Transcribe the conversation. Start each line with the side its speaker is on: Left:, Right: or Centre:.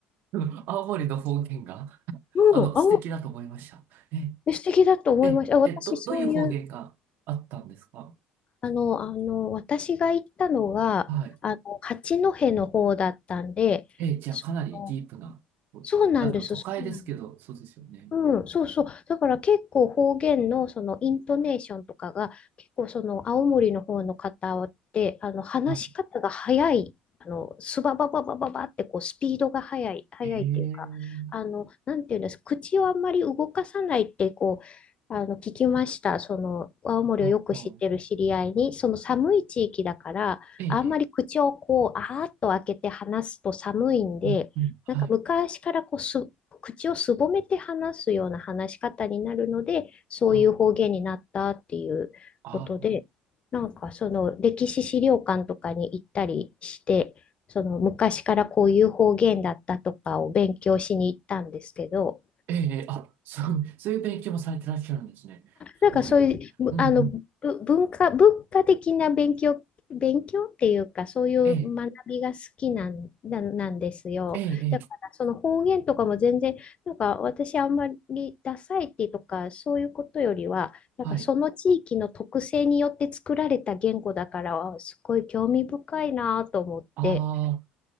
Right: うん <laughs> 青森の方言が、
Left: うん、
Right: あの、素敵だと思いました。
Left: 青
Right: ええ、
Left: 森、素敵だと思いました。
Right: ええ、
Left: あ、私、
Right: えど、
Left: そういう
Right: どういう方言があったんですか
Left: あの、あの、私が行ったのが、
Right: はい。
Left: あの、八戸の方だったんで、
Right: ええ、じゃあかなりディープな、
Left: その、そうなんです、
Right: あの、都会ですけど、
Left: そうなんです。
Right: そうですよね。
Left: うん、そうそう。だから結構方言のそのイントネーションとかが結構その青森の方の方ってあの話し方が早い。
Right: はい。
Left: あのスババババババってこうスピードが速い、速いっていうか、
Right: ええ、
Left: あの、なんていうんです口をあんまり動かさないってこう、あの、聞きました。その、青森をよく知ってる知り合いに、
Right: はあは
Left: その寒い地域だから、
Right: ええ、
Left: あんまり口をこう、
Right: ええ
Left: あーっと開けて話すと寒いんで、
Right: うん、うん、はい。
Left: なんか昔からこうす、口をすぼめて話すような話し方になるので、そういう方言になったっていうことで、
Right: ああ、ああ。
Left: なんかその歴史資料館とかに行ったりして、その昔からこういう方言だったとかを勉強しに行ったんですけど、
Right: ええ、ええあ、そう、そういう勉強もされてらっしゃるんですね。すごい。
Left: なんかそういう、
Right: うんうん。
Left: あの、ぶ文化、文化的な勉強、勉強っていうか、そういう学びが好きなん、
Right: ええ、
Left: な、なんですよ。
Right: ええ、
Left: だから、
Right: ええ
Left: その方言とかも全然、なんか私あんまりダサいってとか、そういうことよりは、
Right: はい。
Left: なんかその地域の特性によって作られた言語だから、あすごい興味深いなと思って、
Right: ああ、